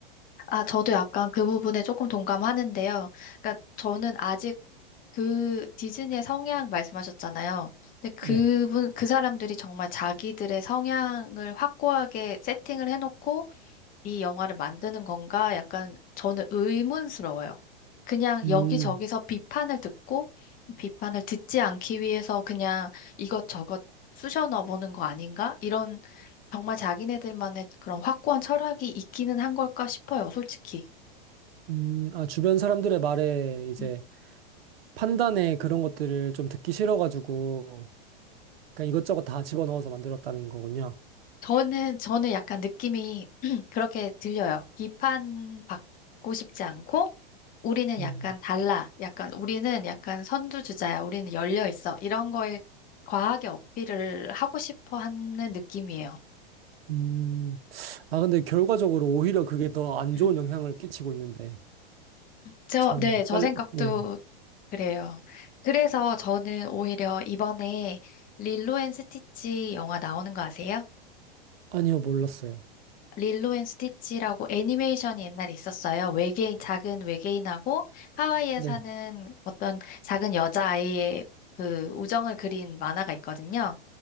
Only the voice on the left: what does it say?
아, 저도 약간 그 부분에 조금 동감하는데요. 그러니까 저는 아직 그 디즈니의 성향 말씀하셨잖아요. 근데 그분,
그 사람들이 정말 자기들의 성향을 확고하게 세팅을 해놓고 이 영화를 만드는 건가? 약간 저는 의문스러워요. 그냥
여기저기서 비판을 듣고 이 비판을 듣지 않기 위해서 그냥 이것저것 쑤셔 넣어보는 거 아닌가? 이런 정말 자기네들만의 그런 확고한 철학이 있기는 한 걸까 싶어요, 솔직히.
음.
저는, 저는 약간 느낌이 <clears throat> 그렇게 들려요. 비판받고 싶지 않고 우리는
약간 달라. 약간 우리는 약간 선두주자야. 우리는 열려 있어. 이런 거에 과하게 어필을 하고 싶어 하는 느낌이에요.
<laughs>
저,
네, 저
생각도
그래요. 그래서 저는 오히려 이번에 릴로 앤 스티치 영화 나오는 거 아세요?
릴로 앤 스티치라고 애니메이션이 옛날에 있었어요. 외계인, 작은 외계인하고 하와이에
사는 어떤 작은 여자아이의 그 우정을 그린 만화가 있거든요.